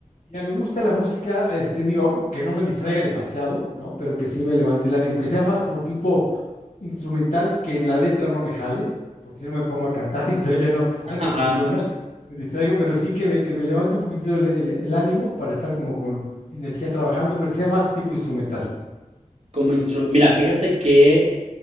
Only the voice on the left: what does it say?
Ya me gusta la música, este, digo, que no me distraiga demasiado, ¿no? Pero que sí me levante el ánimo, que sea más como tipo instrumental que en la letra no me jale, porque si no me pongo a cantar, <laughs> entonces ya no, ya
no funciona,
me distraigo, pero sí que me, que me levante un poquitito el, el- el ánimo para estar como con energía trabajando, pero que sea más tipo instrumental.